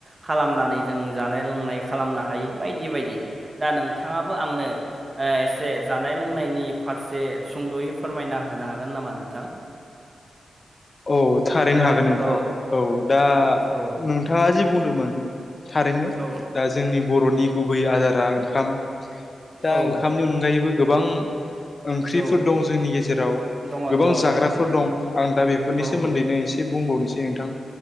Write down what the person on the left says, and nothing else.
औ थारैनो
हागोन नोंथां
औ दा
नोंथाङा जि बुंदोंमोन थारैनो
दा जोंनि बर'नि गुबै आदारा ओंखाम दा
ओंखामनि अनगायैबो गोबां ओंख्रिफोर
दं जोंनि गेजेराव
गोबां
जाग्राफोर
दं आं दा बेफोरनि
सोमोन्दैनो एसे बुंबावनोसै नोंथां